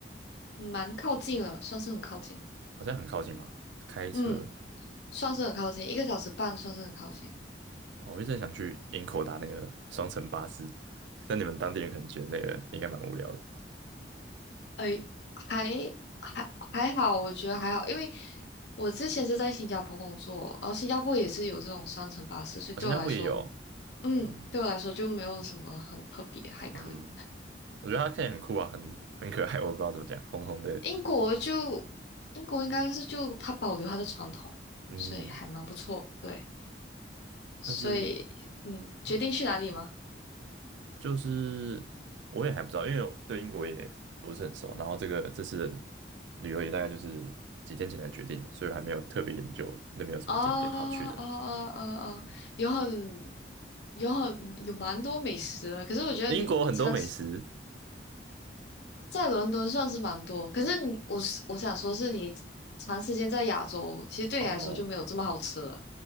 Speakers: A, on the left (about 70°); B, on the right (about 80°).
A: 蛮靠近了，算是很靠近。
B: 好像很靠近嘛。开车，
A: 嗯，算是很靠近，一个小时半算是很靠近。
B: 哦我一直很想去营口搭那个双层巴士，但你们当地人可能觉得那个应该蛮无聊的。
A: 诶，还还还好，我觉得还好，因为我之前是在新加坡工作，然后新加坡也是有这种双层巴士，所以对我来说
B: 啊，新加坡也有，
A: 嗯，
B: 哦，
A: 对我来说就没有什么很特别，还可以。
B: 嗯，我觉得它看起来很酷啊，很很可爱，我不知道怎么讲，红红的，
A: 英国就英国应该是就它保留它的传统，
B: 嗯，
A: 所以还蛮不错。对，所以
B: 但是，
A: 嗯，决定去哪里吗？
B: 嗯，就是我也还不知道，因为我对英国也不是很熟，然后这个这次的旅游也大概就是几天前才决定的，所以还没有特别研究那边有什么景点好去的。
A: 啊啊啊啊啊！有很有很有蛮多美食的，可是我觉得你常吃。
B: 英国很多美食
A: 在伦敦算是蛮多，可是你我是我想说，是你长时间在亚洲，其实对你来说就没有这么好吃了。
B: 哦，